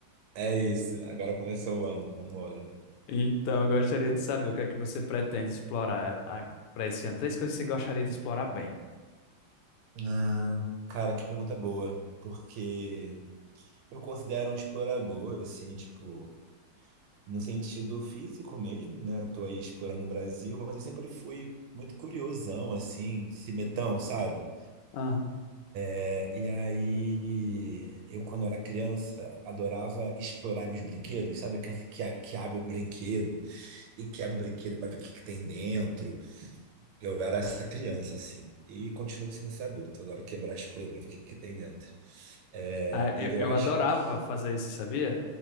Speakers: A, on the right (about 80°); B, on the left (about 85°).
A: É isso. Agora começou o ano, vambora.
B: Então, eu gostaria de saber o que é que você pretende explorar para esse ano. Três coisas que você gostaria de explorar bem.
A: Ah, cara, que pergunta boa. Porque eu considero um explorador, assim, tipo. No sentido físico mesmo, né? Tô aí explorando o Brasil, mas eu sempre fui muito curiosão, assim, cimetão, sabe?
B: Ah.
A: É, e aí, eu quando era criança, adorava explorar meus brinquedos, sabe? Que, que, que abre o brinquedo e quebra o brinquedo para ver o que, que tem dentro. Eu era essa criança, assim, e continuo sendo esse adulto. Eu adoro quebrar as coisas para ver o que, que tem dentro. É,
B: Ah,
A: e
B: eu,
A: eu
B: eu
A: acho
B: adorava
A: que.
B: fazer isso, sabia?